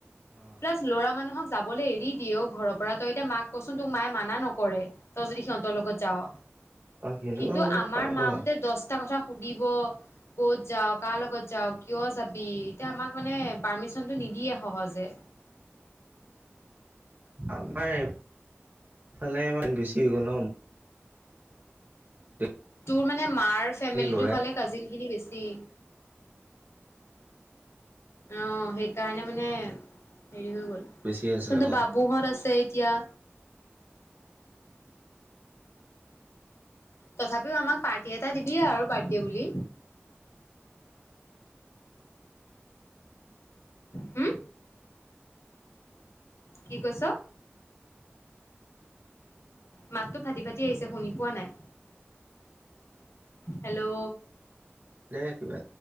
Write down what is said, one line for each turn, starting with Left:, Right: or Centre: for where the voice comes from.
Right: অ
Left: প্লাছ লৰা মানুহক যাবলৈ এৰি দিয়ে অ ঘৰৰ পৰা তই এতিয়া মাক কচোন তোক মায়ে মানা নকৰে। তই যদি সিহঁতৰ লগত যাওঁ,
Right: অ সিহঁতৰ
Left: কিন্তু
Right: লগত গলে
Left: আমাৰ
Right: পতা নপৰে
Left: মাহঁতে দহটা কথা সুদিব ক'ত যাওঁ কাৰ লগত যাওঁ কিয় যাবি এতিয়া আমাক মানে পাৰ্মিচনটো নিদিয়ে সহজে।
Right: আমাৰ- ফালে ইমান বেছি হৈ গ'ল। গোটেইখিনি
Left: তোৰ মানে মাৰ ফেমিলিটোৰ
Right: লৰাই
Left: ফালে কাজিন খিনি বেছি। অ সেইকাৰণে মানে হেৰি হৈ গল
Right: বেছি আছে
Left: ত
Right: অ
Left: বাবুহঁত আছে এতিয়া- তথাপিও আমাক পাৰ্টি এটা দিবিয়ে আৰু বাৰ্থডে বুলি। হুম কি কৈছ? মাতটো ফাটি ফাটি আহিছে শুনি পোৱা নাই। হেল্ল'
Right: দে কিবা।